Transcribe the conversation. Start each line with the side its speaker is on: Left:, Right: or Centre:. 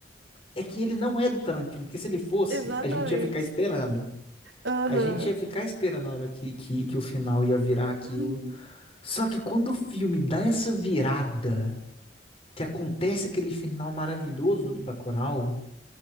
Left: é que ele não é do Tarantino, porque se ele fosse,
Right: exatamente.
Left: a gente ia ficar esperando.
Right: Aham.
Left: A gente ia ficar esperando a hora que, que, que o final ia virar aquilo.
Right: Uhum.
Left: Só que quando o filme dá essa virada, que acontece aquele final maravilhoso do Bacurau,